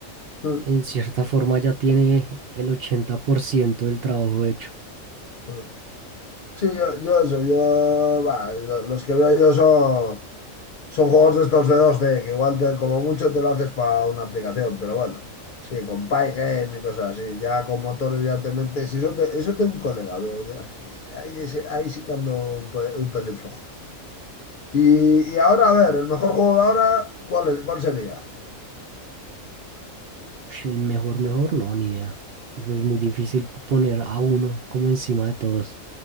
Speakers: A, on the left; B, on the right.
A: eh,
B: en cierta forma ya tiene el 80% del trabajo hecho.
A: eh. Sí, yo, yo eso, yo... bah, lo- los que veo yo son... Son juegos de estos de dos d que igual te- como mucho te lo haces para una aplicación, pero bueno, sí, con Pygame y cosas así, ya con motores ya te metes. y Eso, te- eso tengo un colega, eh, ahí, sí- ahí sí que ando un, pe- un pelín flojo. Y, y ahora, a ver, el mejor juego de ahora, ¿cuál es, cuál sería?
B: Ush, El mejor, mejor, no, ni idea. Pues muy difícil poner a uno como encima de todos.